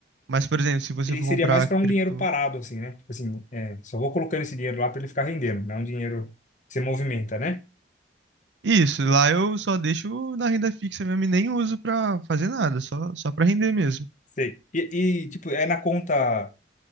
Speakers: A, on the right; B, on the left.
A: Mas, por exemplo, se você
B: ele
A: for
B: seria
A: comprar
B: mais para um
A: cripto,
B: dinheiro parado, assim, né? Tipo assim, é, só vou colocando esse dinheiro lá para ele ficar rendendo. Não é um dinheiro que você movimenta, né?
A: isso, lá eu só deixo na renda fixa mesmo e nem uso pra fazer nada, só, só pra render mesmo.
B: Sei. E, e, tipo, é na conta.